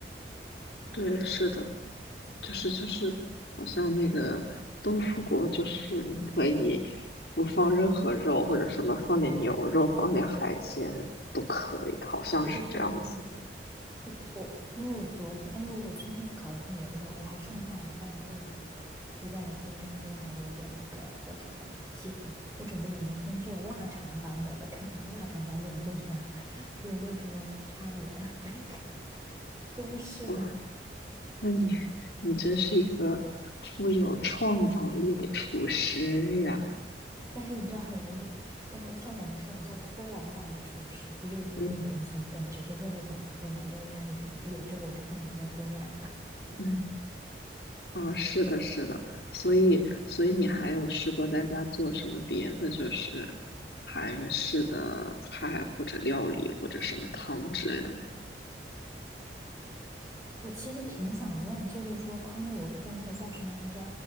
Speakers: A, on the left; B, on the right.
A: 对，是的。就是就是，好像那个豆腐果，就是你可以不放任何肉，或者什么放点牛肉，放点海鲜都可以，好像是这样子的。
B: 对对对对对，我我因为我昨天，哎呦，我今天搞的是牛肉，我还剩下一半的豆腐和一半的金针菇，还有一点那个叫什么西葫芦。我准备明天做腊肠版本的，看看腊肠版本做成啥有没有什么差别？<laughs> 中式版，
A: 哇，那你你真是一个富有创造力的厨师呀！
B: 但是你知道很容易，那我像我们这种叫偷懒版的厨师，不是说是灵机一动，
A: 嗯
B: 只是为了想偷懒，因为家里有这个，我就不想再多买。
A: 嗯，哦，是的，是的，所以所以你还有试过在家做什么别的，就是韩式的菜或者料理或者什么汤之类的吗？
B: 我其实挺想问，就是说他们有做那个叫什么来着？